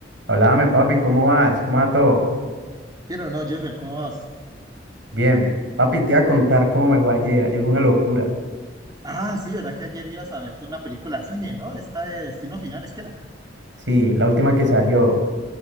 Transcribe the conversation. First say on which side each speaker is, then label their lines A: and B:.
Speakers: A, on the right (about 85°); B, on the right (about 20°).
A: Háblame, papi, ¿cómo vas? ¿Cómo va todo?
B: Pero no, Jeffer, ¿cómo vas?
A: Bien. Papi, te iba a contar cómo me fue ayer. Ayer fue una locura.
B: Ah, sí, ¿verdad que ayer ibas a verte una película de cine, ¿no? Esta de Destino Final, ¿es que era?
A: Sí, la última que salió.